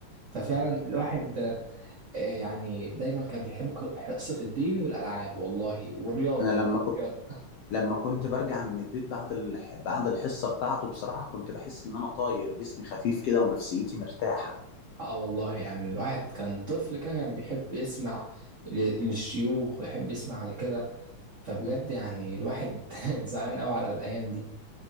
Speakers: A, on the right (about 30°); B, on the left (about 65°).
A: ففعلا الواحد آه، يعني دايما كان بيحب ق- حصة الدين والألعاب والله والرياضة
B: انا
A: يعني
B: لما
A: بيحب
B: كنت
A: الرياضة
B: لما كنت برجع من البيت بعد الح... بعد الحصه بتاعته بصراحه كنت بحس ان انا طاير جسمي خفيف كده ونفسيتي مرتاحه
A: اه والله يعني الواحد كان طفل كده كان بيحب يسمع ل- للشيوخ ويحب يسمع لكده فبجد يعني الواحد <laughs> زعلان قوي على الأيام دي